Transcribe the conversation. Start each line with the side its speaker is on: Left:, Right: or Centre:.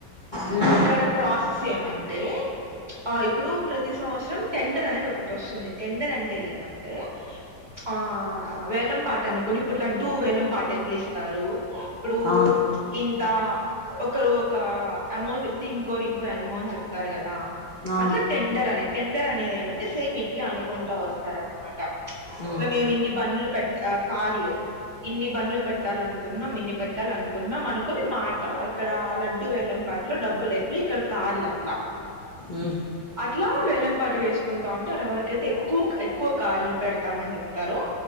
Left: ఉమ్
Right: అక్కడ్ ప్రాసెస్ ఏమంటే ఆ ఇప్పుడు ప్రతి సంవత్సరం టెండర్ అనేది ఒకటి వస్తుంది టెండర్ అంటే ఏమంటే ఆ హా ఆ వేలం పాట అనుకొని ఇప్పుడు లడ్డూ వేలంపాటేట్లీస్తారు ఇప్పుడు
Left: ఆ
Right: ఇంత ఒకరు ఒక అమౌంట్ ఇంకోరు ఇంకో ఎమోన్ చెప్తారు గదా
Left: ఆ
Right: అట్లా టెండర్ అన్ టెండర్ అనేది ఏమంటే సేమ్ ఇట్లా అనుకుంటా వస్తారన్మాట
Left: ఉమ్
Right: ఇట్లా మేమ్ ఇన్ పండ్లు పెట్ ఆ కార్లు ఇన్ని బండ్లు పెట్టాలనుకున్నాం ఇన్ని పెట్టాల్ అనుకుంటున్నాం అనుకుని మాట ఇక్కడ ల డు వేలం పాట్లో డబ్బులు ఎట్ల ఇక్కడ కార్లు అట్లా
Left: ఉమ్
Right: అట్లా వేలంపాట వేసుకుంటా ఉంటే ఎవరికైతే ఎక్కువ్ ఎక్కువ కార్లు పెడతామన్ జెప్తారో